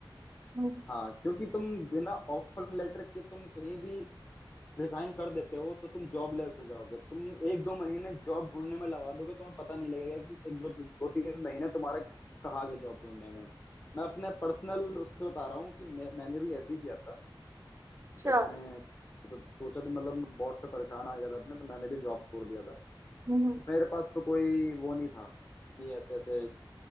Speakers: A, on the right (about 35°); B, on the left (about 30°).
A: हम्म
B: हाँ क्योंकि तुम बिना ऑफर लेटर के तुम कहीं भी रिजाइन कर देते हो तो तुम जॉबलेस हो जाओगे तुम एक दो महीने जॉब ढूंढने में लगा दोगे तुम्हें पता नहीं लगेगा कि एक दो दो तीन महीने तुम्हारा कहाँ गए जॉब ढूंढने में मैं अपने पर्सनल उससे बता रहा हूँ कि मैं, मैंने भी ऐसे ही किया था
A: अच्छा,
B: जब मैंने तो सोचा तो मतलब मैं बहुत से परेशान आ गया था अपने तो मैंने भी जॉब छोड़ दिया था
A: हम्म।
B: मेरे पास तो कोई वो नहीं था कि ऐसे ऐसे